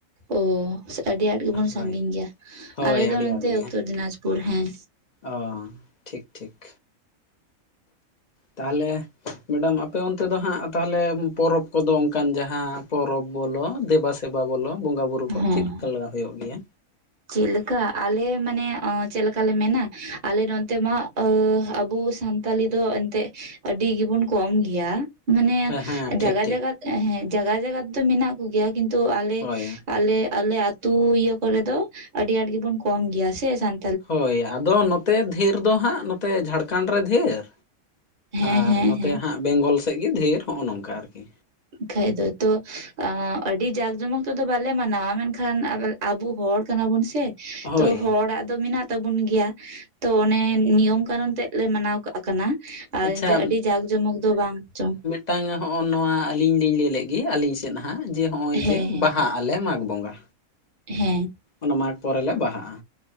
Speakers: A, on the right (about 30°); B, on the left (about 45°).
A: ᱚ ᱟᱹᱰᱤ ᱟᱸᱴ ᱜᱮᱵᱚᱱ ᱥᱟᱺᱜᱤᱧ
B: ᱦᱳᱭ
A: ᱜᱮᱭᱟ,
B: ᱦᱳᱭ
A: ᱟᱞᱮ ᱫᱚ
B: ᱟᱹᱰᱤ
A: ᱱᱚᱛᱮ
B: ᱟᱸᱴ ᱜᱮ
A: ᱩᱛᱚᱨ ᱫᱤᱱᱟᱡᱯᱩᱨ ᱦᱮᱸ᱾
B: ᱚ ᱴᱷᱤᱠ ᱴᱷᱤᱠ᱾ ᱛᱟᱦᱚᱞᱮ ᱢᱮᱰᱟᱢ ᱟᱯᱮ ᱚᱱᱛᱮ ᱫᱚ ᱦᱟᱸᱜ ᱛᱟᱦᱚᱞᱮ ᱯᱚᱨᱚᱵᱽ ᱠᱚᱫᱚ ᱚᱱᱠᱟᱱ ᱡᱟᱦᱟᱸ ᱯᱚᱨᱚᱵᱽ ᱵᱚᱞᱚ ᱫᱮᱵᱟ ᱥᱮ ᱥᱮᱵᱟ ᱵᱚᱞᱚ ᱵᱚᱸᱜᱟ ᱵᱩᱨᱩ ᱠᱚ
A: ᱦᱮᱸ
B: ᱪᱮᱫ ᱞᱮᱠᱟ ᱦᱩᱭᱩᱜ ᱜᱮᱭᱟ?
A: ᱪᱮᱫ ᱞᱮᱠᱟ ᱟᱞᱮ ᱢᱟᱱᱮ ᱚᱸ ᱪᱮᱫᱠᱟ ᱞᱮ ᱢᱮᱱᱟ ᱟᱞᱮ ᱱᱚᱛᱮ ᱢᱟ ᱚᱹ ᱟᱵᱚ ᱥᱟᱱ ᱥᱟᱱᱛᱟᱞᱤ ᱫᱚ ᱮᱱᱛᱮᱜ ᱟᱹᱰᱤ ᱜᱮ ᱵᱚᱱ ᱠᱚᱢ ᱜᱮᱭᱟ᱾ ᱢᱟᱱᱮ
B: ᱦᱮᱸ ᱴᱷᱤᱠ
A: ᱡᱟᱜᱟ
B: ᱴᱷᱤᱠ
A: ᱡᱟᱜᱟ ᱛᱮ ᱦᱮᱸ ᱡᱟᱜᱟ ᱡᱟᱜᱟ ᱛᱮ ᱫᱚ ᱢᱮᱱᱟᱜ ᱠᱚ ᱜᱮᱭᱟ ᱠᱤᱱᱛᱩ ᱛᱚ ᱟᱞᱮ
B: ᱦᱳᱭ
A: ᱟᱞᱮ ᱟᱞᱮ ᱟᱹᱛᱩ ᱤᱭᱟᱹ ᱠᱚᱨᱮ ᱫᱚ ᱟᱹᱰᱤ ᱟᱸᱴ ᱜᱮᱵᱚᱱ ᱠᱚᱢ ᱜᱮᱭᱟ ᱥᱮ ᱥᱟᱱ-ᱼ
B: ᱦᱳᱭ ᱟᱫᱚ ᱱᱚᱛᱮ ᱫᱷᱮᱨ ᱫᱚ ᱦᱟᱸᱜ ᱱᱚᱛᱮ ᱡᱷᱟᱲᱠᱷᱚᱸᱰ ᱨᱮ ᱫᱷᱮᱨ᱾
A: ᱦᱮᱸ
B: ᱟᱨ
A: ᱦᱮᱸ
B: ᱱᱚᱛᱮ
A: ᱦᱮᱸ
B: ᱦᱟᱸᱜ ᱵᱮᱝᱜᱚᱞ ᱥᱮᱫ ᱜᱮ ᱫᱷᱮᱨ ᱦᱚᱜᱼᱚᱸ ᱱᱚᱝᱠᱟ ᱟᱨᱠᱤ
A: ᱠᱷᱟᱡ ᱫᱚ ᱛᱚ ᱟᱹᱰᱤ ᱡᱟᱸᱠ ᱡᱚᱢᱚᱠ ᱛᱮᱫᱚ ᱵᱟᱞᱮ ᱢᱟᱱᱟᱣᱟ ᱢᱮᱱᱠᱷᱟᱱ ᱟᱵᱟᱨ ᱟᱵᱩ ᱦᱚᱲ ᱠᱟᱱᱟ ᱵᱩᱱ ᱥᱮ
B: ᱦᱳᱭ
A: ᱛᱚ ᱦᱚᱲᱟᱜ ᱫᱚ ᱢᱮᱱᱟᱜ ᱛᱟᱵᱩᱱ ᱜᱮᱭᱟ, ᱛᱚ ᱚᱱᱮ ᱱᱤᱭᱚᱢ ᱠᱟᱱᱩᱱ ᱛᱮᱫ ᱞᱮ ᱢᱟᱱᱟᱣ ᱠᱟᱜ ᱠᱟᱱᱟ, ᱟᱨ
B: ᱟᱪᱪᱷᱟ
A: ᱮᱱᱛᱮᱜ ᱟᱹᱰᱤ ᱡᱟᱸᱠ ᱡᱚᱢᱚᱠ ᱫᱚ ᱵᱟᱝ ᱪᱚᱝ᱾
B: ᱢᱤᱫ ᱴᱟᱝ ᱦᱚᱜᱼᱚᱭ ᱱᱚᱣᱟ ᱞᱤᱧ ᱞᱟᱹᱭ ᱞᱮᱫ ᱜᱮ ᱟᱹᱞᱤᱧ ᱥᱮᱫ ᱦᱟᱸᱜᱼᱟᱭ ᱡᱮ ᱦᱚᱜᱼᱚᱭ
A: ᱦᱮᱸ
B: ᱡᱮ ᱵᱟᱦᱟᱜ ᱟᱞᱮ ᱢᱟᱜᱽ ᱵᱚᱸᱜᱟ,
A: ᱦᱮᱸ,
B: ᱚᱱᱟ ᱢᱟᱜᱷᱽ ᱯᱚᱨᱮ ᱞᱮ ᱵᱟᱦᱟᱜᱼᱟ᱾